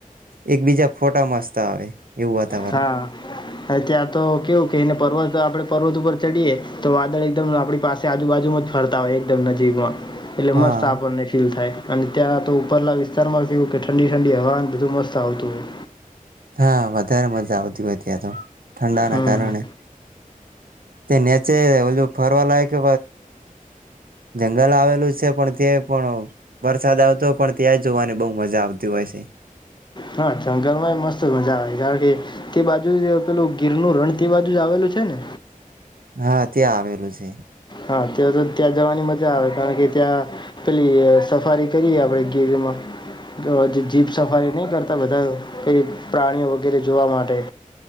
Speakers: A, on the right; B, on the left.
A: એક બીજા ફોટા મસ્ત આવે એવું વાતાવરણ
B: હા ત્યાં તો કેવું કેને પર્વત આપડે પર્વત ઉપર ચડીએ તો વાદળ એકદમ આપણી પાસે આજુબાજુમાં જ ફરતા હોય એકદમ નજીકમાં એટલે
A: હા.
B: મસ્ત આપણને ફીલ થાય. અને ત્યાં તો ઉપરલા વિસ્તારમાં કેવું કે ઠંડી ઠંડી હવામાન બધું મસ્ત આવતું હોય.
A: હા વધારે મજા આવતી હોય ત્યાં તો ઠંડાના
B: હમ
A: કારણે
B: હમ.
A: તે નેચે ઓજું ફરવા લાગ કે જંગલ આવેલું છે પણ તે પણ વરસાદ આવતોય પણ ત્યાં જોવાની બહુ મજા આવતી હોય છે
B: હા જંગલમ મસ્ત મજા આવે કારણ કે તે બાજુ જ પેલું ગીરનુંું રણ તે બાજુ જ આવેલું છે ને
A: હા ત્યાં આવેલું છે
B: હા તે તો ત્યાં જવાની મજા આવે કારણ કે ત્યાં પેલી સફારી કરીએ આપણેે ગીરમાં જીપ સફારી નહી કરતા બધા પ્રાણીઓ વગેરે જોવા માટે